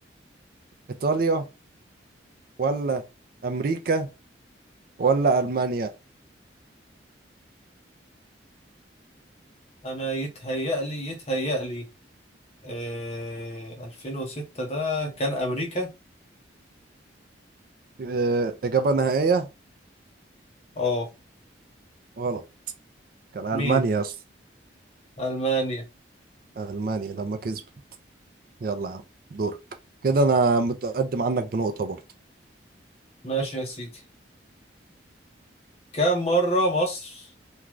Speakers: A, on the right; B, on the left.
A: إيطاليا ولا أمريكا ولا ألمانيا
B: انا يتهيأ لي يتهيأ لي آه 2006 ده كان امريكا
A: آه، إجابة نهائية
B: اه
A: غلط كان
B: مين
A: ألمانيا أصلا
B: ألمانيا
A: ألمانيا لما كسبت يلا يا عم دورك كده أنا متقدم عنك بنقطة برضه
B: ماشي يا سيدي كم مرة مصر